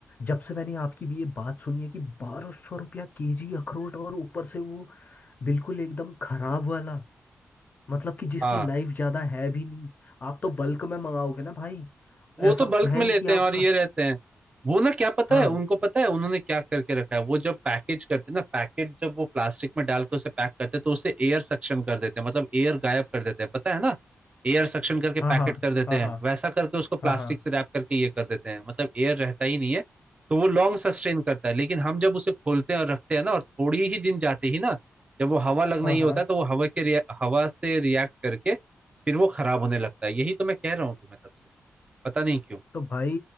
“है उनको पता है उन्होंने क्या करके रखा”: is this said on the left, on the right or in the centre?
Right